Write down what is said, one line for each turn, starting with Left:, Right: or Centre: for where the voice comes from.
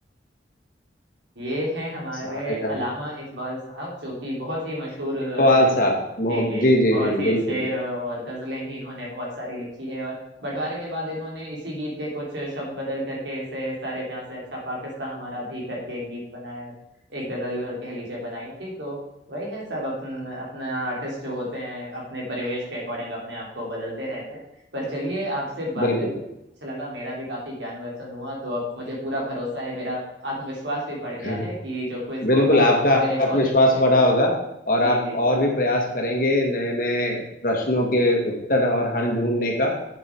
Right: ये हैं हमारे
Left: सारे जहां
Right: अलामा इकबाल साहब जो कि बहुत ही मशहूर अ,
Left: इकबाल साहब
Right: जी
Left: मोहम्मद
Right: जी
Left: जी जी
Right: बहुत
Left: जी जी,
Right: ही
Left: बिल्कुल
Right: शेर और गजलें भी इन्होंने बहुत सारी लिखी है और बंटवारे के बाद इन्होंने इसी गीत के कुछ शब्द बदल करके इसे सारे जहां से अच्छा पाकिस्तान हमारा भी करके एक गीत बनाया एक गजल अ, कह लीजिए बनाई थी तो वही है सब अपन अपना आर्टिस्ट जो होते हैं अपने परिवेश के अकॉर्डिंग अपने आप को बदलते रहते हैं पर चलिए आपसे बात
Left: बिल्कुल
Right: करके बहुत अच्छा लगा मेरा भी काफी ज्ञानवर्धन हुआ तो अब मुझे पूरा भरोसा है मेरा आत्मविश्वास भी बढ़ गया
Left: <laughs>
Right: है कि जो क्विज
Left: बिल्कुल
Right: होगा
Left: आपका
Right: मेरे
Left: आत्मविश्वास
Right: कॉलेज में
Left: बढ़ा होगा और
Right: जी
Left: आप
Right: जी जी
Left: और भी प्रयास करेंगे नए नए प्रश्नों के उत्तर और हल ढूंढने का